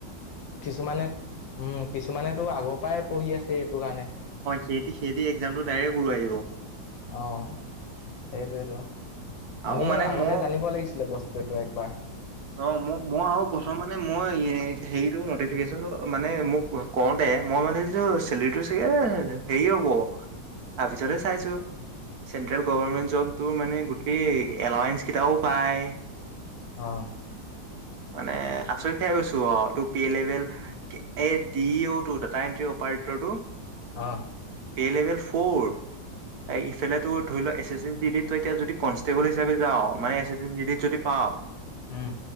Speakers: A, on the left; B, on the right.
A: কিছুমানে উম, কিছুমানেতো আগৰ পৰাই পঢ়ি আছে এইটো কাৰণে।
B: সেহতি-সেহতি এক্সামটো ডাইৰেক্ট উৰুৱাই দিব।
A: অ', সেইটোৱেইতো।
B: আৰু
A: আমি
B: মানে
A: আগতে
B: মই
A: জানিব লাগিছিলে বস্তু সেইটো একবাৰ।
B: অ, মো-মোৰ আও প্ৰথম মানে মই এ-হেৰিটো নটিফিকেশচন মানে মোক ও-কওঁতে এ মই মানে ভাবিছো, চেলেৰিটো চাগে-এ হেৰি হ'ব, তাৰপিছতহে চাইছো। চেন্ট্ৰেল গভৰমেণ্ট জবটো মানে গোটেই এলাৱেঞ্চ কেইটাও পায়।
A: অ'।
B: মানে আচৰিত খাই গৈছো আও, তোৰ পে লেভেল এ দি ওতো তাত তা এন্ত্ৰী অপাৰেতৰটো
A: অহ।
B: Pay level four. এ ইফালেতো ধৰি লোৱা এছ এছ এ ডি ডিত তই এতিয়া যদি কনষ্টেবল হিচাপে যাওঁ, মানে এছ এছ এ ডি ডিত যদি পাওঁ,
A: উম